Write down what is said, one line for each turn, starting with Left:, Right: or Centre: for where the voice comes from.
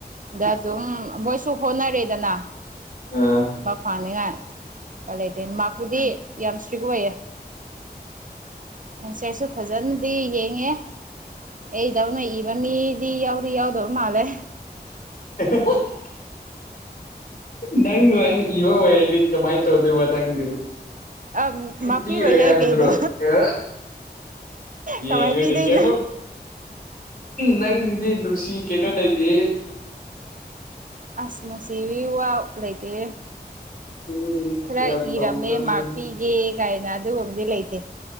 Right: ꯗ ꯑꯗꯨꯝ ꯃꯣꯏꯁꯨ ꯍꯣꯠꯅꯔꯦꯗꯅ
Left: ꯑ
Right: ꯃꯥꯔꯛ ꯐꯪꯅꯤꯉꯥꯏ ꯀꯔꯤ ꯂꯩꯇꯦ ꯃꯥꯔꯛꯕꯨꯗꯤ ꯌꯥꯝ ꯏꯁꯇ꯭ꯔꯤꯛ ꯑꯣꯏꯌꯦ ꯑꯟꯁꯔꯁꯨ ꯐꯖꯅꯗꯤ ꯌꯦꯡꯉꯦ ꯑꯩ ꯗꯧꯅ ꯏꯕ ꯃꯤꯗꯤ ꯌꯥꯎꯗꯤ ꯌꯥꯎꯗꯕ ꯃꯥꯜꯂꯦ
Left: <unintelligible> ꯅꯪ ꯑꯗꯨꯃꯥꯏꯅ ꯏꯕ ꯑꯣꯏꯔꯗꯤ ꯀꯃꯥꯏ ꯇꯧꯗꯣꯏꯕ ꯅꯪꯗꯤ
Right: ꯑ ꯃꯥꯔꯛ
Left: ꯄꯤꯔꯣꯏ
Right: ꯄꯤꯔꯣꯏꯍꯦ
Left: ꯍꯥꯏꯕꯗꯨꯔꯣ
Right: ꯀꯩꯅꯣ
Left: ꯌꯦ
Right: ꯀꯃꯥꯏꯅ
Left: ꯌꯦꯉ
Right: ꯄꯤꯗꯣꯏꯅꯣ
Left: ꯅꯀꯦꯕ <inaudible> ꯅꯪꯁꯤꯗꯤ ꯅꯨꯡꯁꯤ ꯀꯩꯅꯣ ꯂꯩꯇꯦ
Right: ꯑꯁ ꯅꯨꯡꯁꯤꯕꯒꯤ ꯋꯥ ꯂꯩꯇꯦ
Left: ꯎꯝ
Right: ꯈꯔ
Left: ꯌꯥꯝ ꯇꯧꯗ꯭ꯔꯥ
Right: ꯏꯔꯝꯃꯦ
Left: ꯅꯪꯁꯨ
Right: ꯃꯥꯛ ꯄꯤꯒꯦ ꯀꯥꯏꯅ ꯑꯗꯨꯒꯨꯝꯕꯗꯤ ꯂꯩꯇꯦ